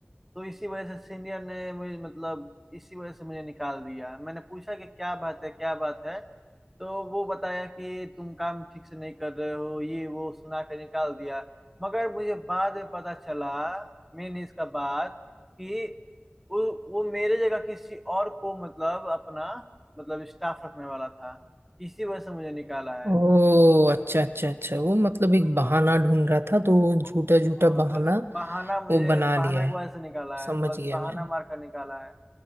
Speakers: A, in the centre; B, on the right.
A: तो इसी वजह से सीनियर ने मुझे मतलब इसी वजह से मुझे निकाल दिया मैंने पूछा कि क्या बात है क्या बात है तो वो बताया कि तुम काम ठीक से नहीं कर रहे हो ये वो सुना के निकाल दिया मगर मुझे बाद में पता चला मेन इसका बात कि वो वो मेरे जगह किसी और को मतलब अपना मतलब स्टाफ रखने वाला था इसी वजह से मुझे निकाला है
B: ओ अच्छा अच्छा अच्छा वो मतलब एक
A: हाँ
B: बहाना ढूंढ रहा था तो वो झूठा
A: वो- वो-
B: झूठा
A: हाँ,
B: बहाना
A: बस बहाना मुझे
B: वो बना
A: बहाना
B: लिया
A: की
B: है
A: वजह से निकाला
B: समझ
A: है बस
B: गया
A: बहाना
B: मैं
A: मार कर निकाला है